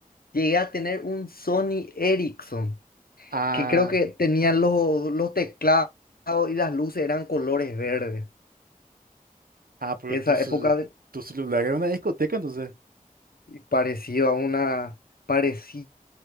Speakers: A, on the left; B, on the right.
A: llegué a tener un Sony Ericsson.
B: Ah,
A: que creo que tenían los, los teclados y las luces eran colores verdes.
B: ah, pero
A: Esa
B: tu, ce-
A: época de-
B: tu celular era una discoteca, entonces.
A: pareció a una, parecido